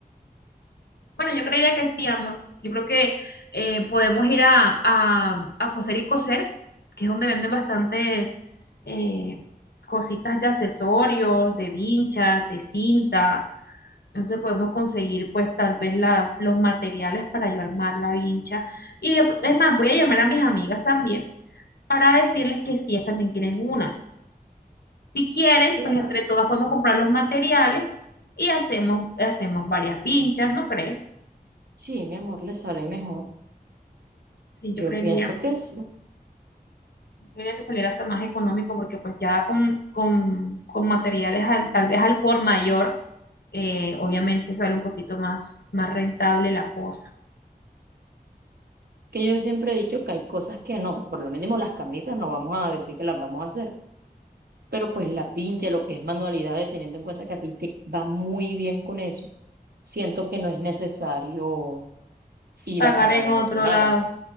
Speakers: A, on the left (about 85°); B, on the right (about 75°).
A: Bueno, yo creería que sí, amor. Yo creo que eh, podemos ir a, a, a Coser y Coser, que es donde venden bastantes eh, cositas de accesorios, de vinchas, de cinta. Entonces podemos conseguir pues tal vez las, los materiales para yo armar la vincha. Y de- es más, voy a llamar a mis amigas también para decirles que si ellas también quieren unas. Si quieren,
B: claro,
A: pues entre todas podemos comprar los materiales y hacemos, hacemos varias vinchas, ¿no crees?
B: sí, mi amor, le sale mejor.
A: Sí, yo
B: Yo
A: creería.
B: pienso que sí,
A: Tendría que salir hasta más económico porque pues ya con, con, con materiales al- tal vez al por mayor, eh, obviamente sale un poquito más, más rentable la cosa.
B: que yo siempre he dicho que hay cosas que no, por lo mínimo las camisas no vamos a decir que las vamos a hacer. pero pues la vincha, lo que es manualidades, teniendo en cuenta que a ti te va muy bien con eso, siento que no es necesario ir
A: Pagar
B: a pagar
A: en
B: en
A: otro
B: otro lado.
A: lado.